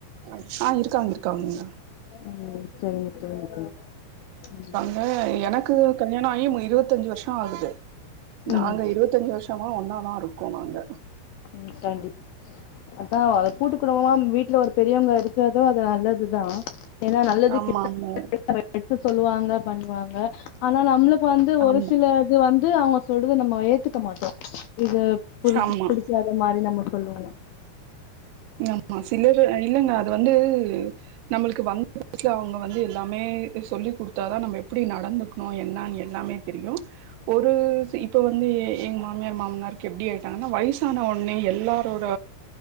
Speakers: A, on the right (about 85°); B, on the left (about 80°).
A: ஆ இருக்காங்க இருக்காங்கங்க
B: ம் செரிங்க செரிங் தோழி ம்
A: ஆ எனக்கு கல்யாணோ ஆகிம இருவத்தஞ்சு வருஷோ ஆகுது
B: ம்
A: நாங்க இருவத்தஞ்சு வருஷ மா ஒன்னா தா இருக்கோ நாங்க
B: ம் கண்டிப் அதா அத கூட்டு குடும்பமா வீட்ல ஒரு பெரியவங்க இருக்கறதோ அது நல்லதுதா ஏனா நல்லது
A: ஆமா
B: கெட்டது
A: ஆமா
B: எடுத்து சொல்லுவாங்க பண்ணுவாங்க ஆனா நம்ளு வந்து ஒரு
A: ஆமா
B: சில இது வந்து அவங்க சொல்றது நம்ம ஏத்துக்க மாட்டோ இது புரிகி
A: ஆமா
B: வேற மாரி நம்ம சொல்லுவோ
A: ஆமா சிலர் இல்லங்க அது வந்து நம்மளுக்கு வன் <unintelligible> அவங்க வந்து லாமே சொல்லி் குடுத்தா தா நம்ம எப்டி நடந்துக்கணு என்ன எல்லாமே தெரியு ஒரு சி இப்ப வ ந்தே எங்க மாமியார் மாமனாருக்கு எப்டி ஆயிட்டாங்கன்னா வயசான ஒடனே எல்லாரோட